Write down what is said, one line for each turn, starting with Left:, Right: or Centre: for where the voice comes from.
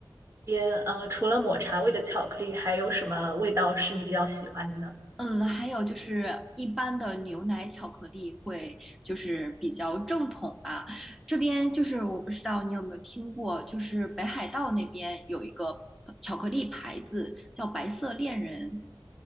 Right: 边呃，除了抹茶味的巧克力，还有什么味道是你比较喜欢的呢？
Centre: 嗯，还有就是一般的牛奶巧克力会就是比较正统吧，这边就是我不知道你有没有听过，就是北海道那边有一个巧克力牌子叫白色恋人。